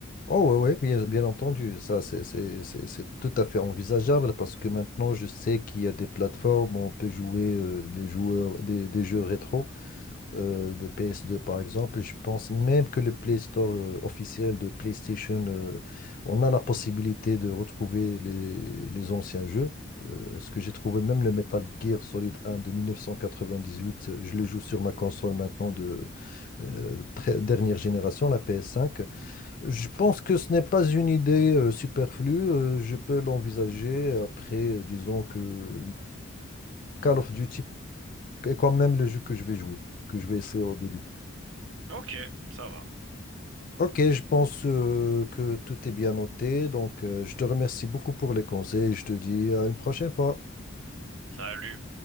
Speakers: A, on the left (about 40°); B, on the right (about 70°).
A: Oh oui, bien, bien entendu, ça c'est c'est- c'est- c'est tout à fait envisageable parce que maintenant je sais qu'il y a des plateformes où on peut jouer euh, les joueurs, des, des jeux rétro euh, de PS2 par exemple. Je pense même que le Play Store euh, officiel de PlayStation, euh, on a la possibilité de retrouver les, les anciens jeux. Euh, ce que j'ai trouvé, même le Metal Gear Solid 1 de 1998, je le joue sur ma console maintenant de euh, très- dernière génération, la PS5. Je pense que ce n'est pas une idée euh, superflue. euh, je peux l'envisager après, euh, disons que euh, Call of Duty est quand même le jeu que je vais jouer, que je vais essayer au début.
B: Ok, ça va.
A: Ok, je pense euh, que tout est bien noté. Donc, euh, je te remercie beaucoup pour les conseils. Je te dis à une prochaine fois.
B: Salut.